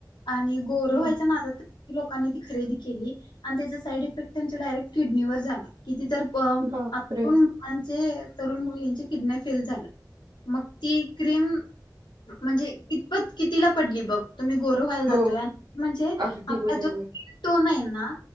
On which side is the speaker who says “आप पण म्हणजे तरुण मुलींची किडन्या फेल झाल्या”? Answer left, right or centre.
Left